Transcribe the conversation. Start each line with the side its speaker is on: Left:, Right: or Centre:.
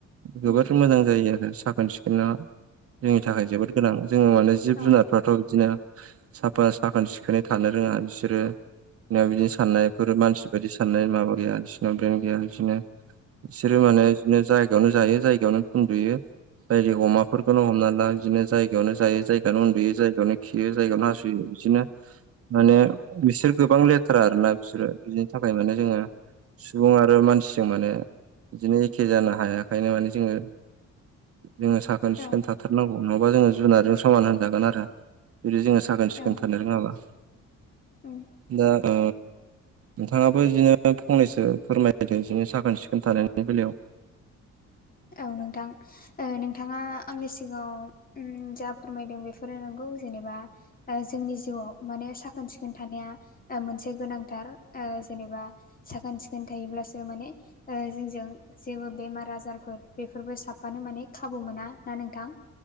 Right: जोबोर
Left: उम
Right: मोजां जायो आरो साखोन-सिखोना जोंनि थाखाय जोबोद गोनां जोंङो माने जिब
Left: औ
Right: जुनारफ्राथ' बिदिनो साफा साखोन सिखोनै थानो रोंङा बिसोरो बिदिनो साननायफोर मानसि बायदि साननाय माबा गैया बिसनाव ब्रेन गैया बिदिनो बिसोरो माने बिदिनो जायगायावनो जायो जायगायावनो उुन्दुयो जायदि अमाफोरखौनो हमना ला बिदिनो जायगायावनो जायो जायगायावनो उन्दुयो जायगायावनो खियो जायगायावनो हासुयो बिदिनो माने बिसोर गोबां लेथ थारा आरो ना बिसोरो बिदिनि थाखाय माने जोङो सुबुं आरो मानसिजों माने बिदिनो एखे जानो हायाखायनो माने जोङो जोङो साखोन सिखोन
Left: उम
Right: थाथारनांगौ नङाबा जोङो जुनारजों समान होनजागोन आरो जुदि जोङो साखोन सिखोन
Left: औ
Right: थानो रोङाब्ला
Left: उम
Right: दा ओ नोंथाङाबो बिदिनो फंनैसो फोरमायदों बिदिनो साखोन सिखोन थानायनि बेलायाव
Left: औ नोंथां ओ नोंथाङा आंनि सिगाङाव ओम जा फोरमायदों बेफोरो नंगौ जेनेबा ओ जोंनि जिउआव माने साखोन सिखोन थानाया ओ मोनसे गोनांथार ओ जेनेबा साखोन सिखोन थायोब्लासो माने ओ जोंजों जेबो बेमार आजार फोर बेफोरबो साफानो माने खाबु मोना आरोना नोंथां